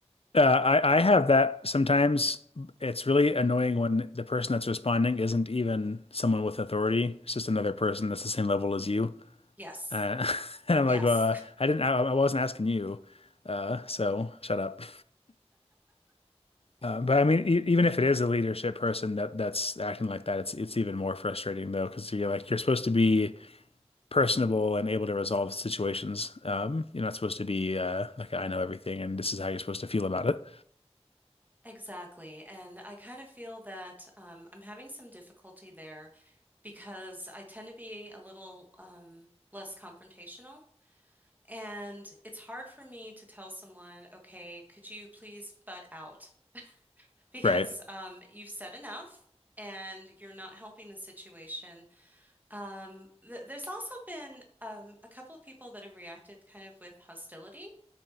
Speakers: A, on the left; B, on the right.
A: Uh, I, I have that sometimes. It's really annoying when the person that's responding isn't even someone with authority. It's just another person that's the same level as you.
B: Yes.
A: Uh, <laughs> and I'm
B: Yes,
A: like, uh, I didn't, I, I wasn't asking you. Uh, so shut up. Uh, but I mean, e even if it is a leadership person that that's acting like that, it's it's even more frustrating though, because you're like you're supposed to be personable and able to resolve situations. Um, you're not supposed to be uh, like I know everything and this is how you're supposed to feel about it,
B: <laughs> exactly. And I kind of feel that um, I'm having some difficulty there because I tend to be a little um, less confrontational. And it's hard for me to tell someone, okay, could you please butt out? <laughs> Because
A: right?
B: um, you've said enough and you're not helping the situation. Um, th there's also been um, a couple of people that have reacted kind of with hostility.